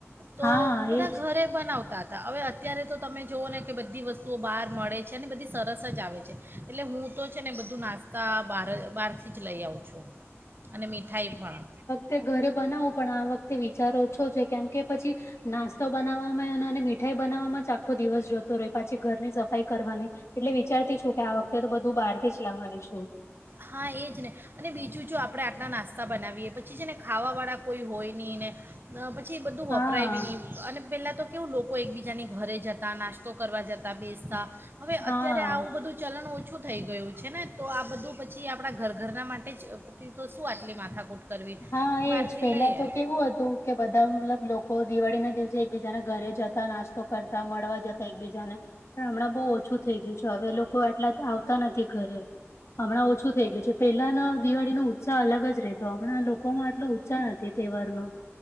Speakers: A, on the right; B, on the left.
A: તો
B: હા
A: બધા
B: એજ
A: ઘરે. બનાવતા હતા હવે અત્યારે તો તમે જુઓ ને કે બધી વસ્તુઓ બહાર મળે છે બધી સરસ જ આવે છે. એટલે હું તો છે ને બધું નાસ તા બહાર બહારથી જ લઈ આવ છું અને મીઠાઈ પણ,
B: તે ઘરે બનાવો પણ આ વખતે વિચાર ઓછો છે કેમ કે પછી? નાસ્તો બનાવવામાં અને મીઠાઈ બનાવમાં જ આખો દિવસ જોતો રહે પાછી ઘરની સફ સફાઈ કરવાની એટલે વિચારતી છું કે આ વખતે તો બધું બહાર થી જ લાવવાની છું.
A: હા એ જ ને. અને બીજું જો આપણે આટલા નાસ્તા બનાવીએ પછી છે ને ખાવાળા કોઈ હોય નહીં ને. અ પછી બધું
B: હા
A: વપરાય બી નહી. અને પહેલાં તો કેવું લોકો એકબીજાની ઘરે જતા નાસ્તો કરવા જતા બેસતા. હવે
B: હા.
A: અત્યારે આવું બધું ઓછું થઈ છે ને તો આ બધું. પછી આપણા ઘર ઘરના માટે જ પછી તો શું આટલી માથાકૂટ કરવી
B: હા
A: બહારથી
B: એજ પેલા
A: લઈએ
B: તો કેવું હતું? કે બધા મતલબ લોકો દિવાળી ના દિવસે એકબીજાના ઘરે જતા નાસ્તો કરતા મળવા જ જતા એકબીજા ને પણ હમણાં બહુ ઓછું થઈ ગયું છે હવે લોકો આ એટલા આવતા નથી ઘરે હમણાં ઓછું થઈ ગયું છે પેલા ના દિવાળી નો ઉત્સાહ અલગ જ રહેતો. તો હમણાં લોકોમાં એટલો ઉત્સાહ નથી તહેવાર નો